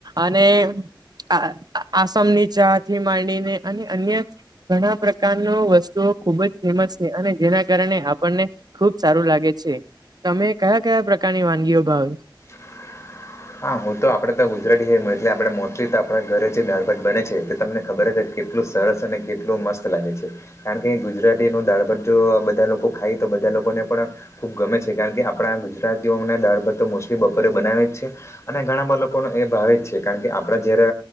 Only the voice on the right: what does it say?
અને આ આસામની ચા થી માંડીને અને અન્ય ઘણા પ્રકાર ન વસ્તુ ખુબ જ ફેમસ છે અને જેના કારણે આપણને ખુબ સારું લાગે છે તમે કયા કયા પ્રકારની વાનગી ઉભાવ